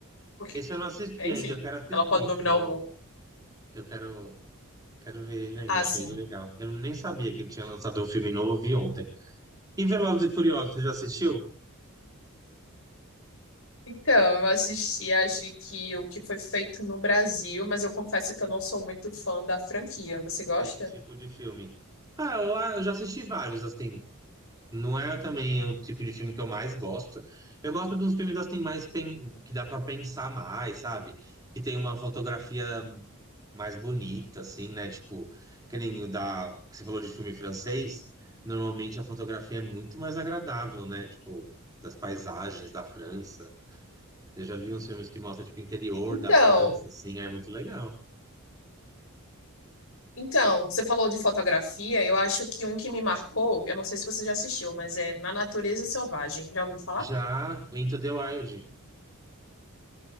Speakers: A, on the left; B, on the right.
A: Porque,
B: Esse eu não assisti
A: é, enfim,
B: ainda, eu quero assistir.
A: ela pode dominar
B: Eu,
A: o mundo.
B: eu quero, quero ver ele ainda,
A: Ah,
B: achei
A: sim.
B: ele legal. Eu nem sabia que ele tinha lançado um filme novo, eu vi ontem. E Velozes e Furiosos, você já assistiu?
A: Então, eu assisti, acho que o que foi feito no Brasil, mas eu confesso que eu não sou muito fã da franquia. Você gosta?
B: Desse tipo de filme. Ah, eu, a- eu já assisti vários, assim. Não é também o tipo de filme que eu mais gosto. Eu gosto de uns filmes, assim, mais pen- que dá pra pensar mais, sabe? Que tem uma fotografia mais bonita, assim, né? Tipo, que nem o da, que você falou de filme francês, normalmente a fotografia é muito mais agradável, né? Tipo, das paisagens da França. Eu já vi uns filmes que mostram, tipo, o interior
A: Então,
B: da França, assim, é muito legal.
A: Então, você falou de fotografia, eu acho que um que me marcou, eu não sei se você já assistiu, mas é Na Natureza Selvagem. Já ouviu falar?
B: Já o Into the Wild,